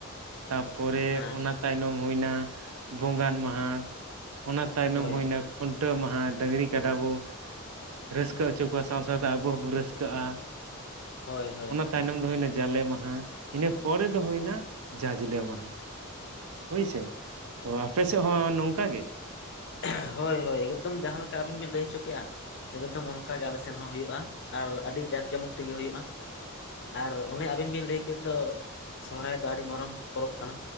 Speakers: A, on the right; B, on the left.
A: ᱛᱟ ᱯᱚᱨᱮ,
B: ᱦᱮᱸ
A: ᱚᱱᱟ ᱛᱟᱭᱱᱚᱢ, ᱦᱩᱭ ᱮᱱᱟ, ᱵᱚᱸᱜᱟᱱ ᱢᱟᱦᱟ, ᱚᱱᱟ, ᱛᱟᱭᱱᱚᱢ
B: ᱦᱳᱭ
A: ᱦᱩᱭ ᱮᱱᱟ, ᱠᱷᱩᱱᱴᱟᱹᱣ ᱢᱟᱦᱟ, ᱰᱟᱹᱝᱨᱤ ᱠᱟᱰᱟ ᱵᱚ, ᱨᱟᱹᱥᱠᱟᱹ ᱦᱚᱪᱚ ᱠᱚᱣᱟ, ᱥᱟᱶ ᱥᱟᱶᱛᱮ, ᱟᱵᱚ ᱦᱚᱸᱵᱚ, ᱨᱟᱹᱥᱠᱟᱹᱜᱼᱟ ᱾
B: ᱦᱳᱭ ᱦᱳᱭ ᱾
A: ᱛᱟᱭᱱᱚᱢ ᱫᱚ, ᱦᱩᱭ ᱮᱱᱟ, ᱡᱟᱞᱮ ᱢᱟᱦᱟ, ᱤᱱᱟᱹ ᱯᱚᱨᱮ ᱫᱚ, ᱦᱩᱭ ᱮᱱᱟ, ᱡᱟᱡᱽᱞᱮ ᱢᱟᱦᱟ ᱾ ᱦᱳᱭ ᱥᱮ, ᱛᱚ, ᱟᱯᱮ ᱥᱮᱫ ᱦᱚᱸ, ᱱᱚᱝᱠᱟ ᱜᱮ?
B: ᱠᱷᱮ-ᱭ, ᱦᱳᱭ ᱦᱳᱭ, ᱮᱠᱫᱚᱢ ᱡᱟᱦᱟᱸ ᱞᱮᱠᱟ, ᱟᱹᱵᱤᱱ ᱵᱤᱱ ᱞᱟᱹᱭ, ᱦᱚᱪᱚ ᱠᱮᱜᱼᱟ ᱮᱠᱫᱚᱢ, ᱚᱱᱠᱟ ᱜᱮ, ᱟᱞᱮ ᱥᱮᱱ ᱦᱚᱸ, ᱦᱩᱭᱩᱜᱭᱼᱟ ᱾ ᱟᱨ ᱟᱹᱰᱤ, ᱡᱟᱠ ᱡᱚᱢᱚᱠ ᱛᱮᱜᱮ, ᱦᱩᱭᱩᱜᱭᱼᱟ ᱾ ᱟᱨ, ᱚᱱᱮ, ᱟᱵᱤᱱ ᱵᱤᱱ, ᱞᱟᱹᱭ ᱠᱮᱫ ᱫᱚ, ᱥᱚᱦᱨᱟᱭ ᱫᱚ ᱟᱹᱰᱤ ᱢᱟᱨᱚᱢ ᱯᱚᱨᱚᱵ ᱠᱟᱱᱟ᱾